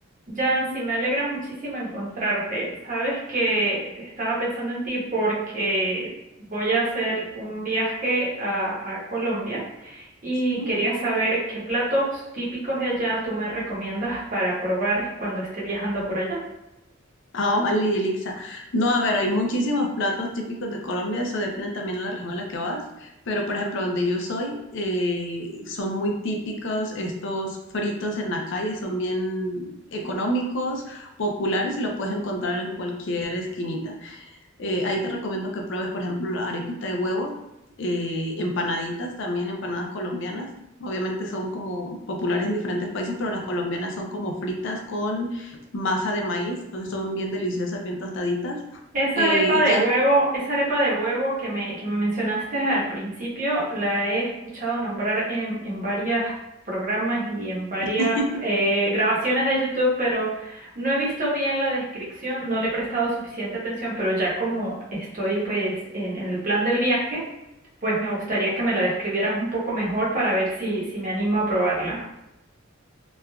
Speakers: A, on the right; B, on the left.
A: Yancy, me alegra muchísimo encontrarte. Sabes que estaba pensando en ti porque voy a hacer un viaje a, a Colombia y
B: Sí.
A: quería saber qué platos típicos de allá tú me recomiendas para probar cuando esté viajando por allá.
B: Ah, vale, Yelixa. No, a ver, hay muchísimos platos típicos de Colombia, eso depende también de la región en la que vas, pero por ejemplo, donde yo soy, eh, son muy típicos estos fritos en la calle, son bien económicos, populares y lo puedes encontrar en cualquier esquinita. Eh, ahí te recomiendo que pruebes, por ejemplo, la arepita de huevo, eh, empanaditas también, empanadas colombianas. Obviamente son como populares en diferentes países, pero las colombianas son como fritas con masa de maíz, entonces son bien deliciosas, bien tostaditas.
A: Esa
B: Eh,
A: arepa
B: y
A: de
B: ya,
A: huevo, esa arepa de huevo que me, que me mencionaste al principio, la he escuchado nombrar en, en varios programas y en varias
B: <laughs>
A: eh, grabaciones de YouTube, pero no he visto bien la descripción, no le he prestado suficiente atención, pero ya como estoy pues en, en el plan del viaje, pues me gustaría que me la describieras un poco mejor para ver si, si me animo a probarla.